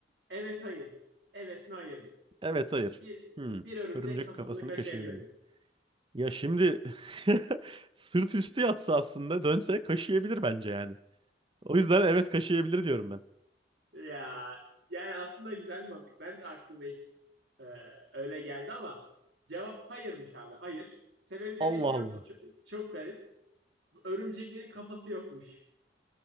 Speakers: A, on the right; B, on the right.
A: evet hayır. Evet mi hayır mı?
B: Evet hayır.
A: Bir,
B: Hmm.
A: bir örümcek
B: Örümcek
A: kafasını
B: kafasını
A: kaşıyabilirim.
B: kaşıyabilir mi?
A: <laughs>
B: Ya şimdi <laughs> sırt üstü yatsa aslında dönse kaşıyabilir bence yani. O yüzden evet kaşıyabilir diyorum ben.
A: Ya yani aslında güzel mantık. Ben de aklıma ilk e, öyle geldi ama cevap hayırmış abi. Hayır. Sebebi de
B: Allah
A: ne biliyor
B: Allah.
A: musun? Çok, çok garip. Bu Örümceklerin kafası yokmuş.